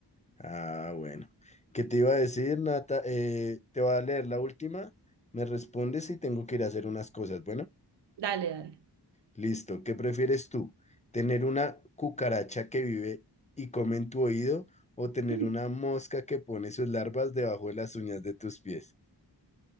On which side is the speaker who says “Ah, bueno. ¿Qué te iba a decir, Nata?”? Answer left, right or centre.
Left